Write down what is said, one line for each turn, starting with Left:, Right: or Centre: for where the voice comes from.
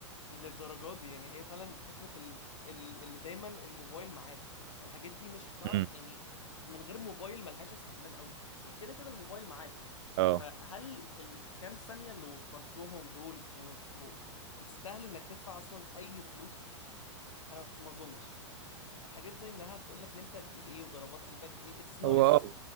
Left: للدرجة دي يعني هي فعلا فكرة ال... ال... اللي دايما الموبايل معاك ما الحاجات دي مش هتعرف
Right: مم.
Left: يعني من غير موبايل ملهاش استعمال قوي هي كده كده الموبايل معاك
Right: اه
Left: فهل الكام ثانية اللي وفرتهم دول كانوا يستاهلوا انك تدفع اصلا اي فلوس انا ما اظنش حاجات زي انها تقول لك نمت قد ايه وضربات قلبك ايه اتس نويز
Right: هو اه